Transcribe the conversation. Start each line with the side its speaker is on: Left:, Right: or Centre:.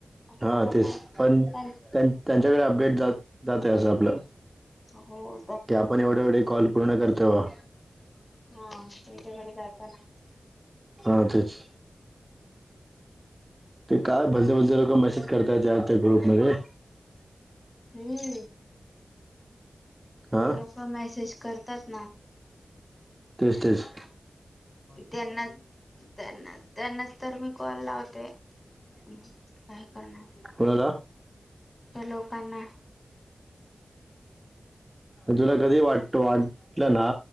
Left: आपल्यावर
Right: हा
Left: नाही
Right: तेच
Left: त्यां
Right: पण त्यां त्यांच्याकडे अपडेट जात जातय असं आपलं
Left: हो
Right: की आपण एवढे ऐवढे कॉल पूर्ण करतोय
Left: हा त्यांच्या कडे जात ना
Right: अच्छाच्छा ते काय भलते भलते लोक मेसेज करताय या त्या ग्रुप मध्ये
Left: हम्म
Right: हा
Left: ते लोक मेसेज करतात ना
Right: तेच तेच
Left: त्यांना त्यांना त्यांनाच तर मी कॉल लावते काय करणार
Right: कोणाला
Left: त्या लोकांना
Right: तुला कधी वाटत वाटलं ना